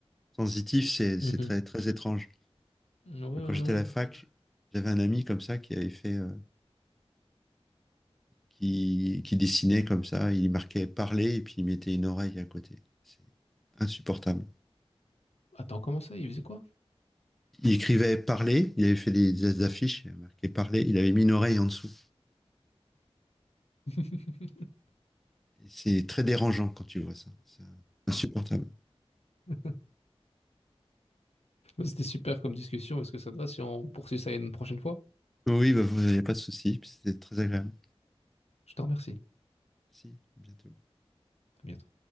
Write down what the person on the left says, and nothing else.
Mmh
Ouais, ouais,
ouais.
Attends, comment ça? Il faisait quoi?
<laughs>
ouais. C'était super comme discussion. Est-ce que ça te va si on poursuit ça une prochaine fois?
Je te remercie.
À bientôt.